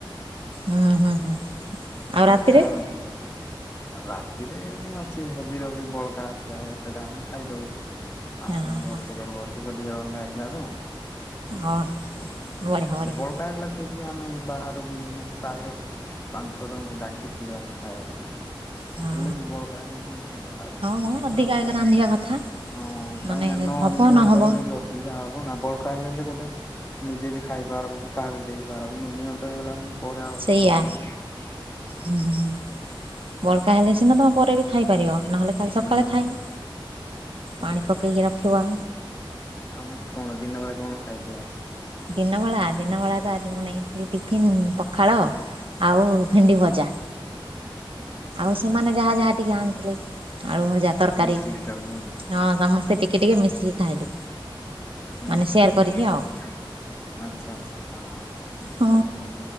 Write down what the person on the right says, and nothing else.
ହୁଁ ହୁଁ ହୁଁ- ଆଉ
ରାତିରେ
ଓହୋ
ଓହୋ ବଢ଼ିଆ ବଢ଼ିଆ
ହଁ
ହଁ ମ ଅଧିକା
ଏକା ରାନ୍ଧିବା
କଥା
ମାନେ
ହବ
ନହବ
ସେଇଆ ହୁଁ ହୁଁ ହୁଁ ବଳକା ହେଲେ ସିନା ତମ ପରେ ବି ଖାଇ- ପରିବା ନହଲେ କାଲି
ସଖାଳେ ଖାଇବ,
ପାଣି ପକେଇକି
ରଖିବ -
ଦିନ ବଳା ଦିନ ବଳା ତ ଆଜି ମୁଁ ନେଇଥିଲି ଟିଫିନ ପଖାଳ ଆଉ ଭେଣ୍ଡି ଭଜା-
ଆଉ
ସେମାନେ ଯାହା ଯାହା ଟିକେ ଆଣିଥିଲେ ଆଳୁ ଭଜା ତରକାରୀ
ହଁ ସମସ୍ତେ ଟିକେ ଟିକେ ମିଶିକି ଖାଇଲୁ
ମାନେ
ସେୟାର
କରିକି
ଆଉ
ହଁ